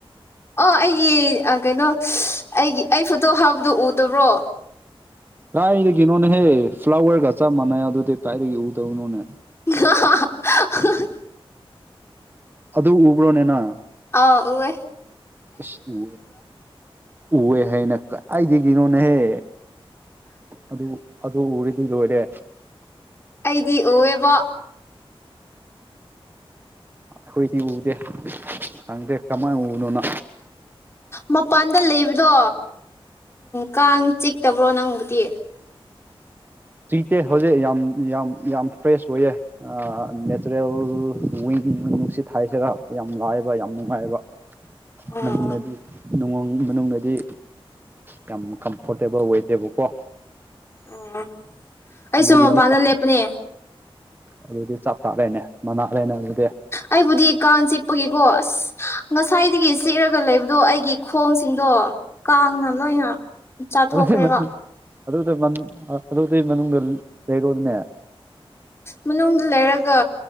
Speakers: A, on the left; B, on the right.
A: ꯑꯣ ꯑꯩꯒꯤ ꯀꯩꯅꯣ ꯑꯩꯒꯤ ꯑꯩ ꯐꯣꯇꯣ ꯍꯥꯞꯕꯗꯣ ꯎꯗꯕ꯭ꯔꯣ
B: ꯀꯥꯏꯗꯒꯤꯅꯣꯅꯦꯍꯦ ꯐ꯭ꯂꯥꯋꯔꯒ ꯆꯞ ꯃꯥꯟꯅꯩ ꯑꯗꯨꯗꯤ ꯀꯥꯏꯗꯒꯤ ꯎꯗꯧꯅꯣꯅꯦ
A: <unintelligible> <unintelligible>
B: ꯑꯗꯨ ꯎꯕ꯭ꯔꯣꯅꯦꯅ
A: ꯑꯥ ꯎꯋꯦ
B: ꯑꯁ ꯎ ꯎꯍꯦ ꯍꯥꯏꯅ ꯀ ꯑꯩꯗꯤ ꯀꯅꯣꯅꯦꯍꯦ ꯑꯗꯨ ꯑꯗꯨ ꯎꯔꯗꯤ ꯂꯣꯏꯔꯦ
A: ꯑꯩꯗꯤ ꯑꯣꯏꯑꯦꯕ
B: ꯑꯩꯈꯣꯏꯗꯤ ꯎꯗꯦ ꯈꯪꯗꯦ ꯀꯃꯥꯏꯅ ꯎꯕꯅꯣꯅꯣ
A: ꯃꯄꯥꯟꯗ ꯂꯩꯕꯗꯣ ꯀꯥꯡ ꯆꯤꯛꯇꯕ꯭ꯔꯣ ꯅꯪꯕꯨꯗꯤ <inaudible>
B: ꯆꯤꯇꯦ ꯍꯧꯖꯤꯛ ꯌꯥꯝ ꯌꯥꯝ ꯌꯥꯝ ꯐ꯭ꯔꯦꯁ ꯑꯣꯏꯌꯦ ꯅꯦꯆꯔꯦꯜ ꯋꯤꯡ ꯅꯨꯡꯁꯤꯠ ꯊ ꯍꯥꯏꯁꯤꯔ ꯌꯥꯝ ꯂꯥꯏꯕ ꯌꯥꯝ ꯅꯨꯡꯉꯥꯏꯕ
A: <unintelligible> ꯑꯣ
B: ꯗꯤ ꯅꯨꯡꯉ ꯏꯨꯡ ꯃꯅꯨꯡꯗꯗꯤ ꯌꯥꯝ ꯀꯝꯐꯣꯔꯇꯦꯕꯜ ꯑꯣꯏꯇꯦꯕꯀꯣ
A: ꯑꯣ ꯑꯩꯁꯨꯨꯝ
B: ꯑꯗꯨꯒꯤꯅꯤꯗ
A: ꯃꯄꯥꯟꯅ ꯂꯦꯞꯄꯅꯦ
B: ꯑꯗꯨꯗꯤ ꯆꯞꯇꯥꯔꯦꯅꯦ ꯃꯅꯥ ꯂꯩꯅꯔꯦꯗꯤ꯫
A: ꯑꯩꯕꯨꯗꯤ ꯀꯥꯡ ꯆꯤꯛꯄꯒꯤꯀꯣ ꯑꯁ ꯉꯁꯥꯏꯗꯒꯤ ꯆꯤꯛꯂꯒ ꯂꯩꯕꯗꯣ ꯑꯩꯒꯤ꯫ ꯈꯣꯟꯁꯤꯡꯗꯣ ꯀꯥꯡꯅ ꯂꯣꯏꯅ ꯆꯥꯊꯣꯛꯈ꯭ꯔꯦꯕ꯫
B: ꯑꯗꯨꯗꯤ ꯑꯗꯨꯗ ꯃꯅꯨ ꯑꯗꯨꯗꯤ ꯃꯅꯨꯡꯗ ꯂꯩꯔꯣꯅꯦ꯫
A: ꯃꯅꯨꯡꯗ ꯂꯩꯔꯒ